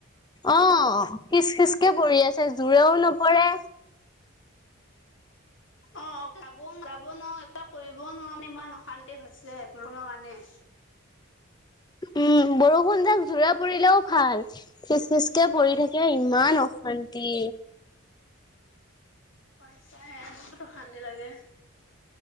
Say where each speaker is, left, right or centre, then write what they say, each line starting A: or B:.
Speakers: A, on the left (about 20°); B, on the left (about 60°).
A: অ খিচ খিচকে পৰি আছে জোৰেও নপৰে।
B: অ যাব যাব নোৱাৰো এক কৰিবও নোৱাৰো ইমান অশান্তি হৈছে বৰষুণৰ কাৰণে।
A: উম বৰষুণ যাক জোৰে পৰিলেও ভাল, খিচ খিচ কে
B: উম
A: পৰি থাকে ইমান অশান্তি।
B: পইচাহে বহুত অশান্তি লাগে।